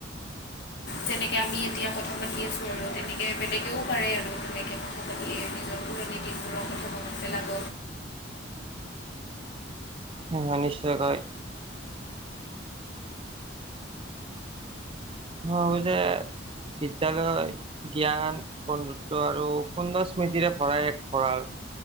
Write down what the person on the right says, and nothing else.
হয় হয় নিশ্চয়কৈ মই ভাৱো যে বিদ্যালয় জ্ঞান বন্ধুত্ব আৰু সুন্দৰ স্মৃতিৰে ভৰা এক ভঁৰাল